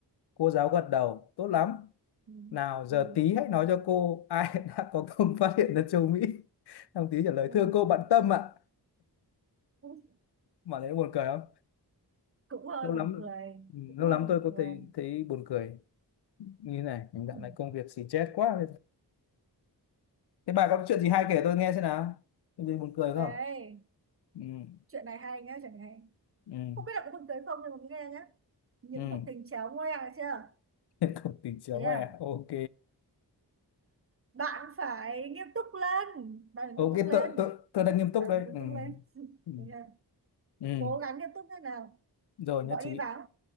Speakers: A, on the left (about 75°); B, on the right (about 35°).
A: Cô giáo gật đầu, tốt lắm.
B: ừ,
A: Nào giờ
B: ừ,
A: tí hãy nói cho cô ai <laughs> đã có công phát hiện ra châu Mỹ. Thằng tí trả lời,
B: ừ.
A: thưa cô bạn Tâm ạ.
B: Cũng,
A: Mà thấy buồn cười không?
B: cũng hơi
A: Lâu
B: buồn
A: lắm
B: cười,
A: ừ,
B: cũng
A: lâu
B: hơi
A: lắm
B: buồn
A: tôi có
B: cười.
A: thấy thấy buồn cười như thế này. Mình dạo
B: Ừ.
A: này công việc xì chết quá. Thế bà có chuyện gì hay kể tôi nghe xem nào. Có gì buồn cười
B: Đây,
A: không? Ừ,
B: chuyện này hay nhá, chuyện này hay.
A: ừ,
B: Không biết là có buồn cười không nhưng mà cứ nghe nhá. Những
A: ừ.
B: cuộc tình chéo ngoe được chưa?
A: <laughs> Không tìm chéo
B: Thế à,
A: à, ok.
B: bạn phải nghiêm túc lên, bạn phải
A: Ok,
B: nghiêm túc lên,
A: tôi, tôi, tôi đang nghiêm túc
B: bạn
A: đây.
B: phải nghiêm
A: Ừ.
B: túc lên. <laughs>
A: Ừ.
B: Thế à,
A: ừ
B: cố gắng nghiêm túc thế nào,
A: rồi
B: vợ
A: nhất trí
B: đi vắng